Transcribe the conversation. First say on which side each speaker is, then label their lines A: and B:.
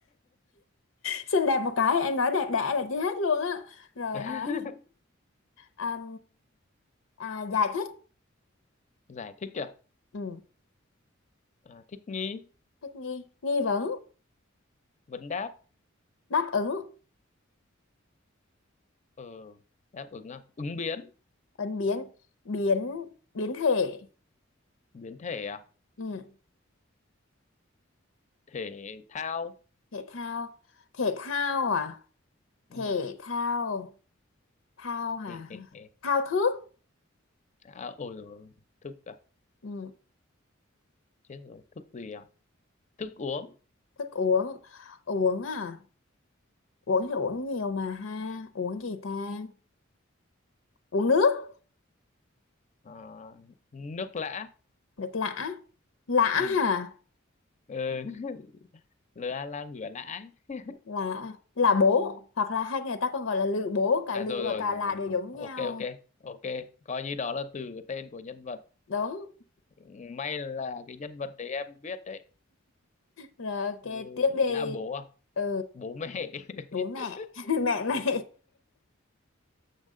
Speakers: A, on the left (about 80°); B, on the left (about 35°).
A: xinh đẹp một cái em nói đẹp đẽ là chưa hết luôn á rồi
B: <laughs>
A: ờ, à, à, giải thích
B: giải thích kìa
A: ừ,
B: à, thích nghi
A: thích nghi nghi vấn
B: vấn đáp
A: đáp ứng
B: ờ đáp ứng à ứng biến
A: ứng biến biến biến thể
B: biến thể à
A: ừ,
B: thể thao
A: thể thao thể thao à
B: ừ.
A: thể thao thao hả
B: <laughs>
A: thao thức
B: à, ôi rồi thức à
A: ừ,
B: chết rồi thức gì à thức uống
A: thức uống uống à uống thì uống nhiều mà ha uống gì ta uống nước
B: à, nước lã
A: nước lã lã
B: ừ.
A: hả
B: ừ. <laughs> lừa la ngửa lã ấy.
A: là là bố hoặc là hay người ta còn gọi là lự bố cả
B: à
A: lự
B: rồi
A: và
B: rồi
A: cả
B: rồi
A: là
B: rồi
A: đều
B: rồi
A: giống
B: ok
A: nhau
B: ok ok coi như đó là từ tên của nhân vật
A: đúng
B: Ừ, may là cái nhân vật đấy em biết đấy
A: rồi ok
B: Ừ,
A: tiếp
B: lã
A: đi
B: bố à
A: ừ
B: bố mẹ <laughs>
A: bố mẹ <laughs> mẹ mày